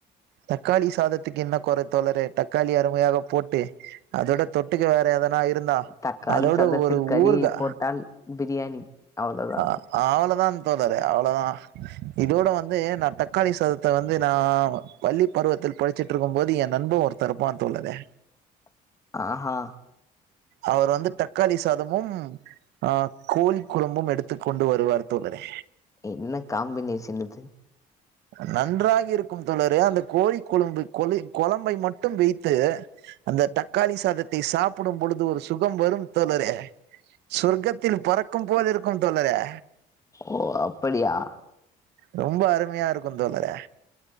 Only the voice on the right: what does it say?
தக்காளி சாதத்துக்கு என்ன கொற தோழரே தக்காளி அருமையாக போட்டு அதோட தொட்டுக்க வேற எதனா இருந்தா
அதோட
ஒரு
ஊறுகா
ஆ அவ்ளதான் தோழரே அவ்ளதா இதோட வந்து நா தக்காளி சாதத்த வந்து நா பள்ளி பருவத்தில் படிச்சிட்டிருக்கும் போது எ நண்ப ஒருத்த இருப்பா தோழரே
அவர் வந்து தக்காளி சாதமும் ஆ கோல் கொழபும் எடுத்துக் கொண்டு வருவார் தோழரே
நன்றாக இருக்கும் தோழரே அந்த கோழி கொழும்பு கொழி கொழம்பை மட்டும் வெயித்து அந்த தக்காளி சாதத்தை சாப்பிடும் பொழுது ஒரு சுகம் வரும் தோழரே சொர்க்கத்தில் பறக்கும் போல இருக்கும் தோழரே
ரொம்ப அருமையா இருக்குந் தோழரே